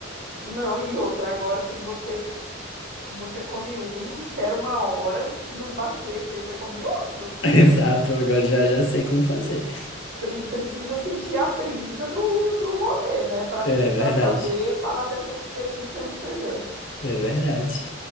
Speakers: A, on the right; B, on the left.
A: Não, e outra, agora se você você come um, espera uma hora, se não bater efeito, você come outro.
B: <laughs> Exato, agora já já sei como fazer.
A: pre- precisa sentir a brisa do, do rolê, né? Para
B: É verdade,
A: para saber falar dessa experiência em Amsterdã.
B: é verdade.